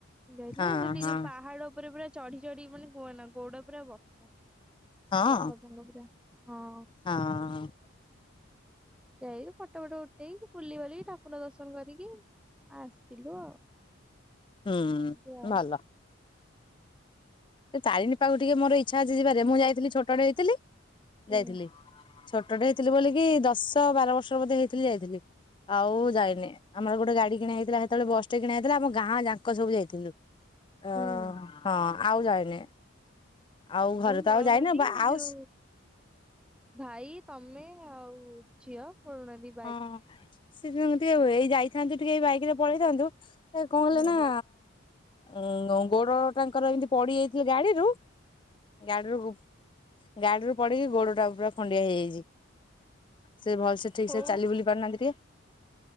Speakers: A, in the centre; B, on the left.
A: ଯାଇଥିଲୁ
B: ହଁ
A: ସେଠି
B: ହଁ
A: ଯୋଉ ପାହାଡ ଉପରେ ପୁରା। ଚଢି ଚଢ଼ି ମାନେ କୁହନା। ଗୋଡ ପୁରା ବଥା
B: ହଁ
A: ଜଙ୍ଘ ଫଙ୍ଗ ପୂରା ହଁ।
B: ହଁ
A: ଯାଇକି ଫଟୋ ଫଟୋ ଉଠେଇକି ବୁଲି ବାଲିକି ଠାକୁର ଦର୍ଶନ କରିକି। ଆସିଲୁ ଆଉ।
B: ହୁଁ
A: ଏମିତି ଆଉ।
B: ଭଲ। ଏ ତାରିଣୀ ପାଖକୁ ଟିକେ ମୋର ଇଚ୍ଛା ଅଛି ଯିବାରେ ମୁଁ ଯାଇଥିଲି ଛୋଟଟେ ହେଇଥିଲି
A: ହୁଁ
B: ଯାଇଥିଲି। ଛୋଟଟେ ହେଇଥିଲି ବୋଲିକି ଦଶ ବାର ବର୍ଷର ବୋଧେ ହେଇଥିଲି ଯାଇଥିଲି। ଆଉ ଯାଇନି ଆମର ଗୋଟେ ଗାଡି କିଣା ହେଇଥିଲା ସେତେବେଳେ ବସଟେ କିଣା ହେଇଥିଲା ଆମ ଗାଁ ଯାକ ସବୁ ଯାଇଥିଲୁ। ଅ
A: ହୁଁ।
B: ହଁ ଆଉ ଯାଇନି। ଆଉ ଘରେ
A: ଉଁ ପଳଉନାହାନ୍ତି
B: ତ ଆଉ ଯାଇନି ବା ଆଉ
A: ଯୋଉ। ଭାଇ ତମେ ଆଉ ଝିଅ ପଳଉ ନାହାନ୍ତି।
B: ହଁ ସେ ଦି ଜଣ ଟିକେ ଏଇ ଯାଇଥାନ୍ତୁ ଟିକେ ଏଇ ବାଇକ ରେ ପଳେଇଥାନ୍ତୁ। ଏ କଣ
A: ଓହୋ
B: ହେଲା ନା। ଉଁ ଙ୍ଗୋ ଗୋଡ ତାଙ୍କର ଏମିତି ପଡି ଯାଇଥିଲେ ଗାଡିରୁ ଗାଡିରୁ। ଗାଡିରୁ ପଡିକି ଗୋଡ ଟା ପୁରା ଖଣ୍ଡିଆ ହେଇଯାଇଛି ସେ ଭଲସେ। ଠିକ
A: ହଉ
B: ସେ ଚାଲି ବୁଲି ପାରୁନାହାନ୍ତି ଟିକେ।